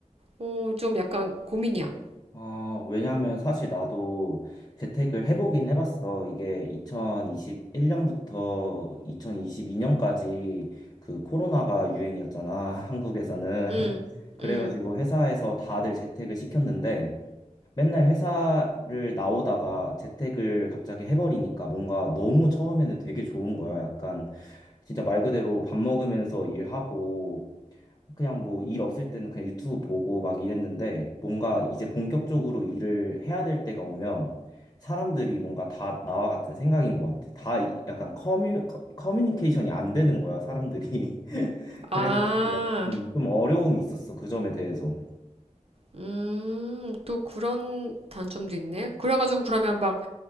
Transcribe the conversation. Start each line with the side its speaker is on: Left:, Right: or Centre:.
Right: 어, 좀 약간 고민이야.
Left: 아, 왜냐면 사실 나도 재택을 해보긴 해봤어. 이게 2021년부터 2022년까지 그 코로나가 유행이었잖아. <laughs> 한국에서는. <laughs>
Right: 응,
Left: 그래가지고
Right: 응.
Left: 회사에서 다들 재택을 시켰는데, 맨날 회사를 나오다가 재택을 갑자기 해버리니까 뭔가 너무 처음에는 되게 좋은 거야. 약간 진짜 말 그대로 밥 먹으면서 일하고 그냥 뭐 일 없을 때는 그냥 유튜브 보고 막 이랬는데 뭔가 이제 본격적으로 일을 해야 될 때가 오면 사람들이 뭔가 다 나와 같은 생각인 것 같아. 다 이- 약간 커뮤, 커- 커뮤니케이션이 안 되는 거야, 사람들이. <laughs> 그래가지고
Right: 아,
Left: 약간 좀 어려움이 있었어, 그 점에 대해서.
Right: 음, 또 그런 단점도 있네. 그래가지고 그러면 막,